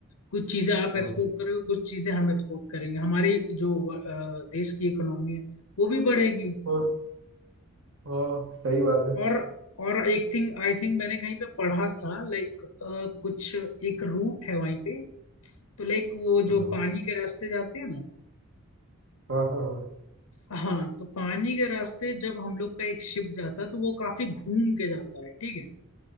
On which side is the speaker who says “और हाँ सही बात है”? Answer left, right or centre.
Right